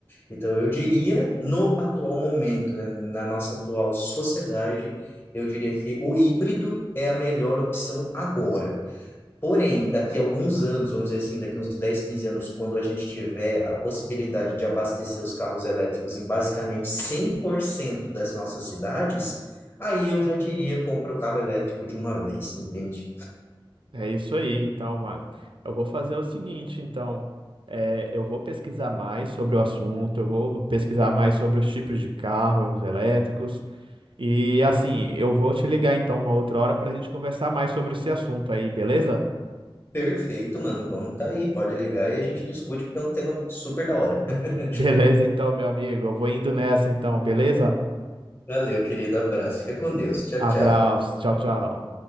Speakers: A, on the left (about 25°); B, on the right (about 70°).
A: Então, eu diria, no atual momento, né, na nossa atual sociedade, eu diria que o híbrido é a melhor opção agora. Porém, daqui a alguns anos, vamos dizer assim, daqui a uns 10, 15 anos, quando a gente tiver a possibilidade de abastecer os carros elétricos em basicamente 100% das nossas cidades, aí eu já diria, compra o carro elétrico de uma vez, entende?
B: É isso aí, então, mano. Eu vou fazer o seguinte, então. É, eu vou pesquisar mais sobre o assunto, eu vou pesquisar mais sobre os tipos de carros elétricos. E assim, eu vou te ligar então uma outra hora pra gente conversar mais sobre esse assunto aí, beleza?
A: Perfeito, mano, vamos tá aí, pode ligar e a gente discute, porque é um tema super da hora. <laughs>
B: <laughs> Beleza, então, meu amigo. Eu vou indo nessa, então, beleza?
A: Valeu, querido, abraço, fica com Deus, tchau,
B: Abraço,
A: tchau.
B: tchau, tchau.